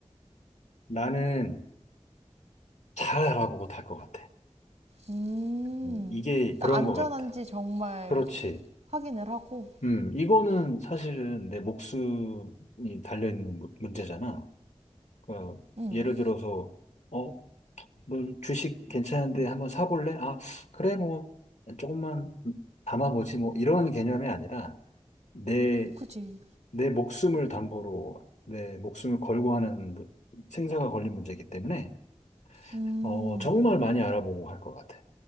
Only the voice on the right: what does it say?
음,
일단
안전한지
정말
확인을 하고,
음,
그지.
음,